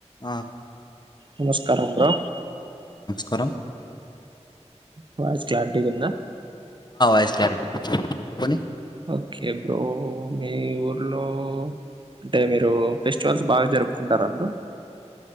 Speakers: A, on the left (about 40°); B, on the right (about 45°).
A: ఆ
B: నమస్కారం బ్ర
A: కరం
B: బ క్లారిటీ కొంద
A: యిస్ క్యారె కొని
B: ఓకే బ్రో మ ఊర్లో అంటే మీరు ఫెస్టివల్స్ బాగా జరుపుకుంటారా బ్ర